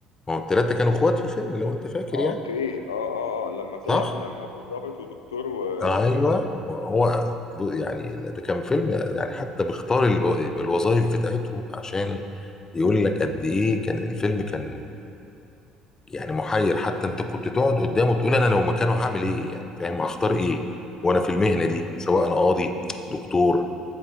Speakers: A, on the left (about 25°); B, on the left (about 80°).
A: ما هو الثلاثة كانوا اخوات في الفيلم لو انت فاكر
B: اه
A: يعني
B: اوكي اه اه اه لما طلع
A: صح
B: لما هو ضابط ودكتور و-
A: ايوه
B: وتاجر مخدرات
A: ما هو ب- يعني ده كان فيلم يعني حتى بيختار الو- الوظائف بتاعتهم عشان يقول لك قد ايه كان الفيلم كان يعني محير حتى انت كنت تقعد قدامه تقول انا لو مكانه هعمل ايه يعني فاهم هختار ايه وانا في المهنه دي سواء انا قاضي دكتور